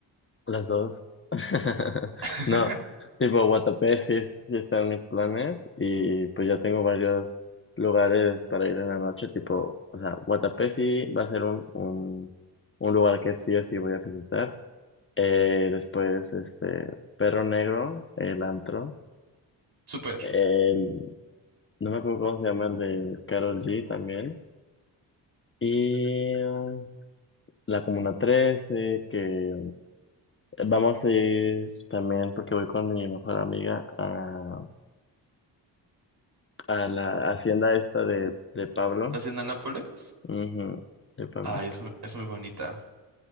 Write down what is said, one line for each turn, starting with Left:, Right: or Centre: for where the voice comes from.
Left: Las dos. <laughs>
Right: <laughs>
Left: No, tipo Guatapé sí, es- sí está en mis planes y pues ya tengo varios lugares para ir en la noche, tipo, o sea, Guatapé sí va a ser un, un, un lugar que sí o sí voy a visitar. Eh, después, este, Perro Negro, el antro.
Right: Súper.
Left: El- no me acuerdo cómo se llama el de Carol G también. Y um, la Comuna Trece que Vamos a ir también, porque voy con mi mejor amiga a, a la hacienda esta de, de Pablo.
Right: La hacienda Nápoles.
Left: Ujú, de Pablito.
Right: Ay, es, mu- es muy bonita.